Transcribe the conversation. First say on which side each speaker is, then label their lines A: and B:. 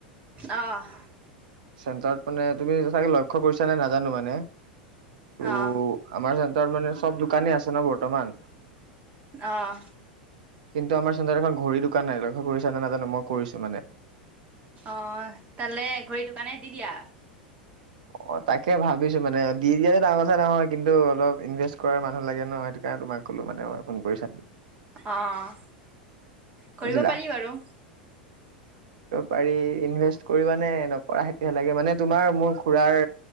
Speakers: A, on the right; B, on the right.
A: অ'।
B: চেণ্টাৰত মানে তুমি ছাগে লক্ষ্য কৰিছা নে নাজানো মানে। ত'
A: অ
B: আমাৰ চেন ন্টাৰত মানে চব দোকানী আছে ন' বৰ্তমান।
A: অ'।
B: কিন্তু আমাৰ চেন্টাৰত এখন ঘড়ী দোকান নাই লক্ষ্য কৰিছা নে নাজানো মই কৰিছো মানে।
A: অ', তালে ঘড়ী দোকানে দি দিয়া।
B: অ', তাকে ভাবিছো মানে দি দিয়াটো ডাঙৰ কথা নহয় কিন্তু অলপ ইনভেষ্ট কৰাৰ মানুহ লাগে ন' সেইটো কাৰণে তোমাক ক'লো মানে মই ফোন কৰি চা
A: অ'। কৰিব
B: বুজিলা
A: পাৰি বাৰু
B: পাৰি ইনভেষ্ট কৰিবানে নকৰা সেইটোহে লাগে মানে তোমাৰ মোৰ খুড়াৰ